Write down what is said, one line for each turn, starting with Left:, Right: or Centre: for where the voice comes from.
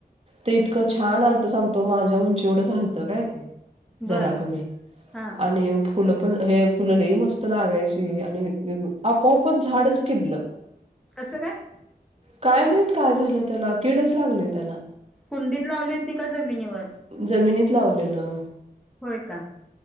Right: ते इतकं छान आलतं सांगतो माझ्या उंचीवढं झालतं काय ते
Centre: बर
Right: जरा कमी
Centre: हा
Right: आणि फुलं पण हे फुलं लही मस्त लागायची आणि आपोआपच झाडच किडलं
Centre: कसं काय
Right: काय म्हणत काय झालं त्याला किडच लागली त्याला
Centre: कुंडीत लावली होती का जमिनीवर
Right: जमिनीत लावलेलं
Centre: होय का